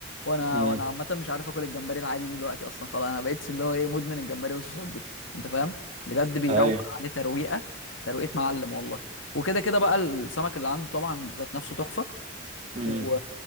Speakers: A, on the left; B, on the right.
A: وانا
B: امم
A: وانا عامه مش عارف اكل الجمبري العادي دلوقتي اصلا خلاص انا بقيتش اللي هو ايه مدمن الجمبري والصوصات دي انت فاهم بجد بيروق
B: ايوه
A: عليه ترويقه ترويقه معلم والله وكده كده بقى السمك اللي عنده طبعا ذات نفسه تحفه
B: امم
A: و...